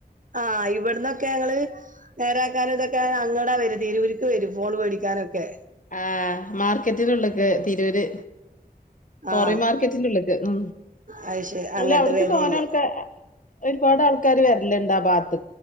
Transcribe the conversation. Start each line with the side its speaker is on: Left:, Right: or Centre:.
Right: ആ ഇവിടന്ന്ക്കെ ഒക്കെ ഞങ്ങള് നേരാക്കാനും ഇതൊക്കെ അങ്ങടാ വര തതിരുരുക്ക് വരും ഫോൺ പേടിക്കാനൊക്കെ
Left: ആ മാർക്കറ്റിനുള്ളക്കെ തിരൂര് പോറി
Right: ആഹ്
Left: മാർക്കറ്റിന്റെള്ളേക്ക് ഉ
Right: അത് ശരി അങ്ങോട്ട്
Left: അല്ലേ അവിടക്ക്
Right: വരയ്യ
Left: തോന്നക്കെ ഒരുപാട് ആൾക്കാര് വരല്ലുണ്ട് ആ ഭാത്ത്